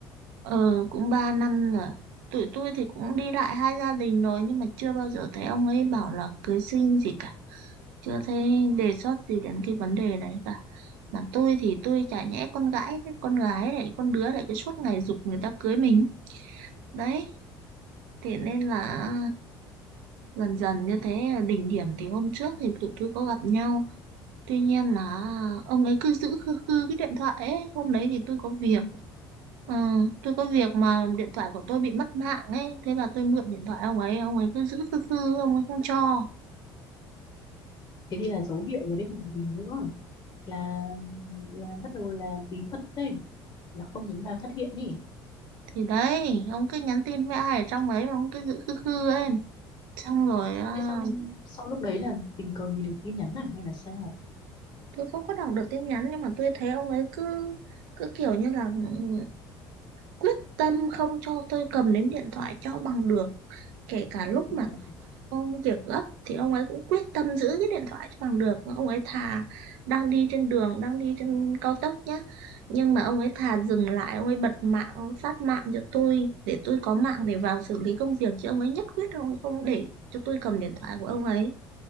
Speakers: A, on the right (about 75°); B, on the left (about 40°).
A: Ờ, cũng 3 năm rồi. Tụi tôi thì cũng đi lại hai gia đình rồi nhưng mà chưa bao giờ thấy ông ấy bảo là cưới xin gì cả. Chưa thấy đề xuất gì đến cái vấn đề đấy cả. Mà tôi thì tôi chả nhẽ con gái, chứ, con gái lại con đứa lại cứ suốt ngày giục người ta cưới mình. Đấy, thế nên là dần dần như thế đỉnh điểm thì hôm trước thì tụi tôi có gặp nhau. Tuy nhiên là ông ấy cứ giữ khư khư cái điện thoại ấy. Hôm đấy thì tôi có việc
B: ừ.
A: Ừ, tôi có việc mà điện thoại của tôi bị mất mạng ấy, thế là tôi mượn điện thoại ông ấy, ông ấy cứ giữ khư khư, ông ấy không cho.
B: thế thì là dấu hiệu rồi đấy còn gì nữa là là bắt đầu là bí mật đấy là không muốn bà phát hiện ý
A: Thì đấy, ông cứ nhắn tin với ai ở trong ấy mà ông cứ giữ khư khư ấy. Xong rồi à,
B: Thế xong sau lúc đấy là tình cờ nhìn được tin nhắn này hay là sao?
A: tôi không có đọc được tin nhắn nhưng mà tôi thấy ông ấy cứ cứ kiểu như là ừ, quyết tâm không cho tôi cầm đến điện thoại cho bằng được, kể cả lúc
B: Ừ,
A: mà Công việc gấp thì ông ấy cũng quyết tâm giữ cái điện thoại cho bằng được. Ông ấy thà đang đi trên đường, đang đi trên cao tốc nhá. Nhưng mà ông ấy thà dừng lại, ông ấy bật mạng, ông phát mạng cho tôi để tôi có mạng để vào xử lý công việc. Chứ ông ấy nhất quyết ông ấy không để cho tôi cầm điện thoại của ông ấy.